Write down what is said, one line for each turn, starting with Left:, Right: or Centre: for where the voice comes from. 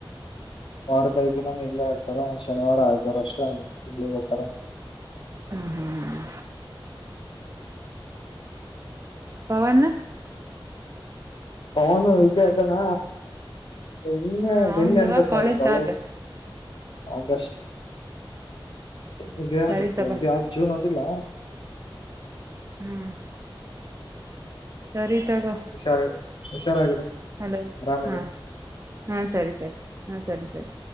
Left: ವಾರಕ್ ಐದ್ ದಿನನು ಇಲ್ಲೇ ಇರ್ತಾರ ಶನಿವಾರ ಐತರ್ ಅಷ್ಟೇ ಹುಬ್ಬ್ಳಿಗ್ ಹೊಕ್ಕಾರ.
Right: ಹ್ಮ್ ಹ್ಮ್ ಹ್ಮ ಪವನ್.
Left: ಪವನ್ ಇಲ್ಲೆ ಅದಾನ ನಿನ್ನೆ
Right: ಹ್ಮ ಅವಂದವ
Left: ನಿನ್ನೆ ಅನ್ಸತ್ ನೋಡ ಕಾಲೇಜ್.
Right: ಸ್ಟಾರ್ಟ್
Left: ಆಗಸ್ಟ್ <unintelligible>
Right: ಹ್ಮ್ ಸರಿ ತಗೋ
Left: ಜೂನ್ ಓದಿಲ್ಲ.
Right: ಹ್ಮ್ ಸರಿ ತಗೋ.
Left: ಹುಷಾರ್ ಹುಷಾರಾಗಿರು
Right: ಹಲೋ
Left: ಆರಾಮಿರು
Right: ಹಾ ಹಾ ಸರಿ ಸರಿ. ಹ್ಮ ಸರಿ ಸರಿ.